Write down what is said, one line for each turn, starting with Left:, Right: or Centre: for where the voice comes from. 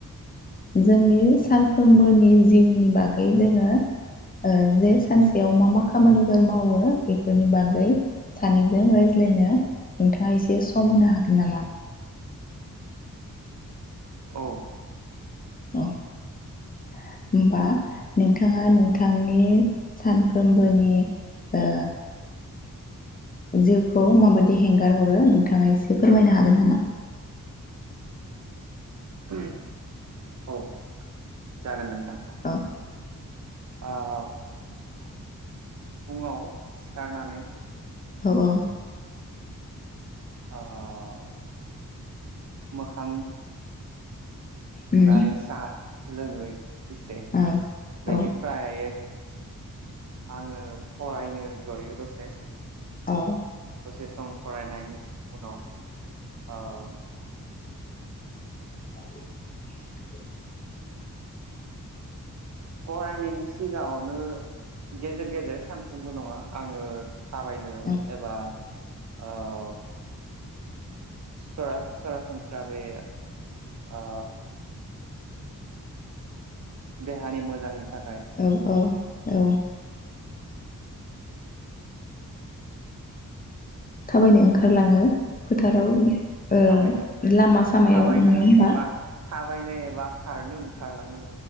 Left: जोंनि सानफ्रोमबोनि जिउनि बागै जोङो ओ जे सानसेयाव मा मा खामानिफोर मावो बेफोरनि बागै सानैजों रायज्लायनो नोंथाङा एसे सम होनो हागोन नामा
Right: औ
Left: औ होमबा नोंथाङा नोंथांनि सानफ्रोमबोनि ओ जिउखौ माबायदि हेंगार हरो नोंथाङा एसे फोरमायनो हागोन नामा?
Right: <unintelligible> औ जागोन नोंथां
Left: ओ
Right: ओ फुङाव सिखारनानै
Left: औ औ
Right: औ मोखां
Left: उम
Right: सुनानै साहा लोङै इसे
Left: औ
Right: बेनिफ्राय
Left: औ
Right: आंङो फरायनो जयो दसे ।
Left: औ
Right: दसे सम फरायनायनि उनाव ओम
Left: <inaudible>
Right: फरायनायनि सिगाङावनो गेजेर गेजेर सानफ्रोमबो नङा आंङो थाबायनो
Left: औ
Right: एबा औ सरा-सरासनस्रा बे ओ देहानि मोजांनि थाखा
Left: औ औ औ थाबायनो ओंखारलाङो फोथाराव ओम
Right: थाबायनो
Left: लामा सामायाव
Right: थाबायनो
Left: नङा होमबा?
Right: एबा थाबायनो एबा खारनो ओंखारलाङो